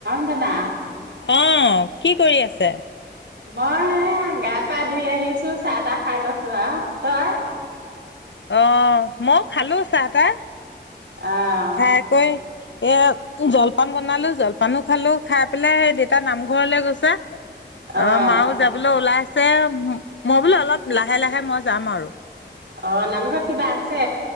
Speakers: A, on the right; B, on the left.
A: না না
B: অ কি কৰি আছে?
A: মই এ গা পা ধুই আহিছো চাহ তাহ খাই লৈছো আৰু তই?
B: অ মই খালো চাহ তাহ।
A: আহ।
B: খাই কৈ এ জলপান বনালো জলপানো খালো খাই পেলাই সেই দেতা নামঘৰলে গৈছে।
A: আহ
B: অ মাও যাবলৈ ওলাই আছে। যে মই বোলে অলপ লাহে লাহে মই যাম আৰু।
A: অ নামঘৰত কিবা আছে?